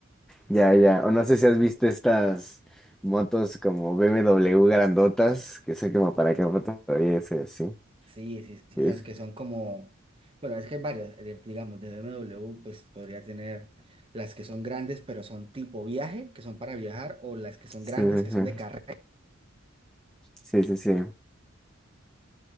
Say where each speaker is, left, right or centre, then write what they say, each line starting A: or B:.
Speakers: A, in the centre; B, on the right.
A: Ya, ya, o no sé si has visto estas motos como BMW grandotas, que son como para campo todavía, sí, sí.
B: Sí, sí, sí,
A: Sí,
B: esas que son como, bueno, es que hay varias, eh, digamos, de BMW, pues podría tener las que son grandes, pero son tipo viaje, que son para viajar, o las que son
A: sí,
B: grandes, que son
A: sí,
B: de carrera.
A: sí, sí, sí,